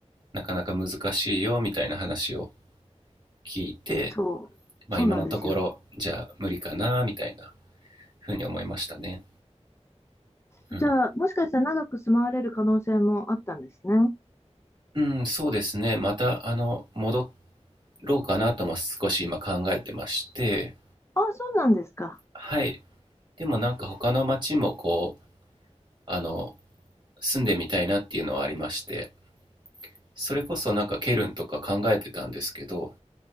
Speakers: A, on the right; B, on the left.
A: なかなか難しいよみたいな話を聞いて、
B: そう、
A: まあ、
B: そうなんですよ。
A: 今のところじゃあ無理かなみたいなふうに思いましたね。うん
B: じゃあ、もしかしたら長く住まわれる可能性もあったんですね。
A: うん、そうですね。また、あの、戻ろうかなとも少し今考えてまして、
B: ああ、そうなんですか。
A: はい。でもなんか他の町もこう、あの、住んでみたいなっていうのはありまして、それこそなんかケルンとか考えてたんですけど、